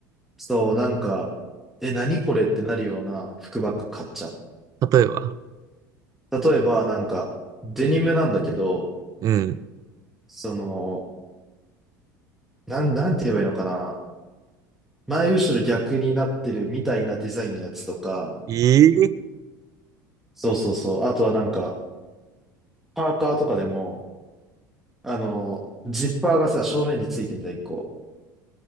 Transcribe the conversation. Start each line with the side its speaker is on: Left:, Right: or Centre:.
Centre: そう、なんか、え、何これってなるような服ばっか買っちゃう。
Right: 例えば。
Centre: 例えば、なんか、デニムなんだけど、
Right: うん。
Centre: その、なん、なんて言えばいいのかな。前後ろ逆になってるみたいなデザインのやつとか、
Right: ええ
Centre: そうそうそう。あとはなんか、パーカーとかでも、あの、ジッパーがさ、正面についてんじゃん、一個。